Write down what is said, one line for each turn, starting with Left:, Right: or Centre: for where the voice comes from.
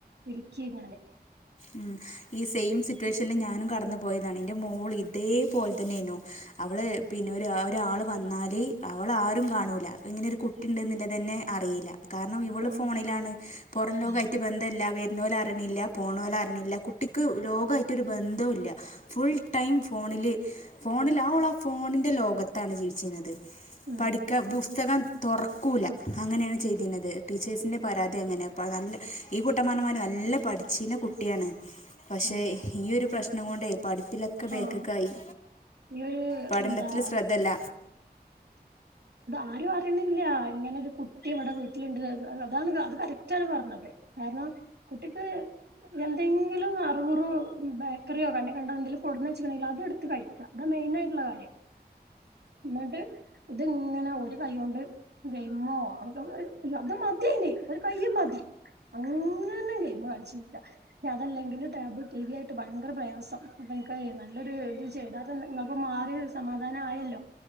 Right: വിളിക്ക് ഞാന്
Left: ഉം ഈ സെയിം സിറ്റുവേഷനില് ഞാനും കടന്നു പോയതാണ് ഇന്റെ മോള് ഇതേപോലെ തന്നൊയിരുന്നു അവള് പിന്നെ ഒരു ഒരാള് വന്നാല് അവളാരും കാണൂല ഇങ്ങനൊരു കു ട്ടി ഇണ്ട്ന്ന് ള്ളതന്നെ അറിയില്ല കാരണം ഇവള്
Right: ആഹ്
Left: ഫോണിലാണ് പൊറം ലോകം
Right: ഉം
Left: ആയിട്ട് ബന്ധല്ല വര്ന്നോൽ അറിണില്ല പോ ഓലെ അർണില്ല കുട്ടിക്ക് ലോകായ്ട്ടൊര് ബദ്ധവുല്ല ഫുൾ ടൈം ഫോണില് ഫോണില ഓളാ ആ ഫോണിന്റെ ലോകത്താണ് ജീവിച്ചിരുന്നത്
Right: ഉം
Left: പഠിക്കാ പുസ്തക തൊർക്കൂല്ല അങ്ങനെണ് ചെയ്തിന്നത് ടീച്ചേഴ്സിൻ്റെ പരാതി എങ്ങനെപ്പ നല്ല ഈ കൂട്ടം പറഞ്ഞമാതിരി നല്ല പഠിച്ചീനകു കുട്ടിയാണ് പക്ഷേ
Right: ഉം
Left: ഈ ഒരു പ്രശ്നം കൊണ്ട് പഠിപ്പിലൊക്കെ ബേക്ക്ക്കായി
Right: ആഹ് ഈ ഒരു
Left: പഠനത്തില്
Right: എന്താ
Left: ശ്രദ്ധല്ല.
Right: ആരും അറിയുന്നില്ല ഇങ്ങനെ ഒരു കുട്ടി ഇവിടെ വീട്ടിലുണ്ട് അതാണ് ക അത് കറക്റ്റ് ആണ് പറഞ്ഞത് കാരണം കുട്ടിക്ക് എന്തെങ്കിലും. കുറുകുറൊ ബേക്കറിയോ കണ്ണ കണ്ട എന്തെങ്കിലും കൊടുന്ന് വെച്ചക്കണെങ്കിൽഅത് എടുത്ത് കഴി അത മെയിൻ ആയിട്ടുള്ള കാര്യം എന്നിട്ട് ഇത് ഇങ്ങനെ ഒരു കൈകൊണ്ട് ഗൈമോ അത് മതിഅയ്ൻ ഒരു കയ്യ് മതി അങ്ങന്നെ ഗെയിമ് കളിച്ചിരിക്ക അതല്ലെങ്കിൽ ടാബ് ടി വി ആയിട്ട് ഭയകര പ്രയാസം അപ്പം എനിക്ക് അത് നല്ലൊരു ഇത് ചെയ്താ ഇങ്ങൾക്ക് മാറി അത് സമാധാന ആയല്ലോ